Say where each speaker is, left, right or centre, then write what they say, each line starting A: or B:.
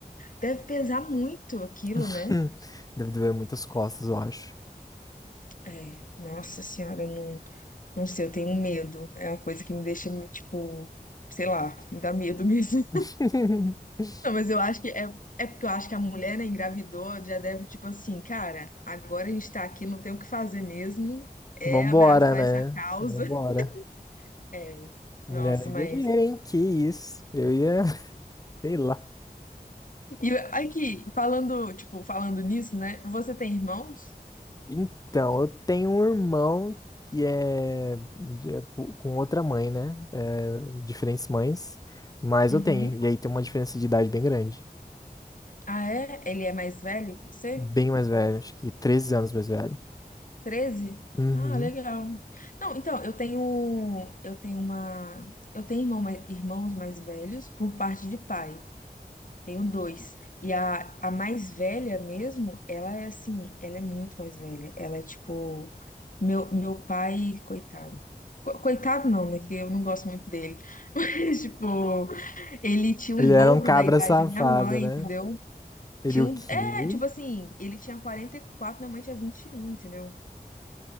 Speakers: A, on the left (about 55°); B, on the left (about 20°).
A: Deve pesar muito aquilo,
B: <laughs>
A: né?
B: Deve doer muitas costas, eu acho.
A: É, nossa senhora, eu não, não sei, eu tenho medo. É uma coisa que me deixa, tipo, sei lá, me dá medo mesmo. <laughs>
B: <laughs>
A: Não, mas eu acho que é, é porque eu acho que a mulher, né, engravidou, já deve, tipo assim, cara, agora a gente tá aqui, não tem o que fazer mesmo. É
B: Vambora,
A: abraçar
B: né?
A: essa causa.
B: Vambora.
A: <laughs> É,
B: Mulher
A: nossa,
B: é
A: mas.
B: guerreira, hein? Que isso? Eu ia, <laughs> sei lá.
A: E aqui, falando, tipo, falando nisso, né? Você tem irmãos?
B: Então, eu tenho um irmão que é, de- é pu- com outra mãe, né? É, diferentes mães, mas
A: Uhum.
B: eu tenho. E aí tem uma diferença de idade bem grande.
A: Ah, é? Ele é mais velho que você?
B: Bem mais velho, acho que 13 anos mais velho.
A: treze,
B: Uhum.
A: Ah, legal. Não, então, eu tenho eu tenho uma eu tenho irmão mais- irmãos mais velhos por parte de pai. Tenho dois. E a, a mais velha mesmo, ela é assim, ela é muito mais velha. Ela é tipo meu meu pai, coitado. Co- Coitado não, né? Que eu não gosto muito dele. <laughs> Mas, tipo, ele tinha o
B: Ele era
A: dobro
B: um cabra
A: da idade
B: safado,
A: da minha mãe,
B: né?
A: entendeu?
B: Ele
A: Tinha
B: o
A: um,
B: quê?
A: é, tipo assim, ele tinha quarenta e quatro minha mãe tinha vinte e um entendeu?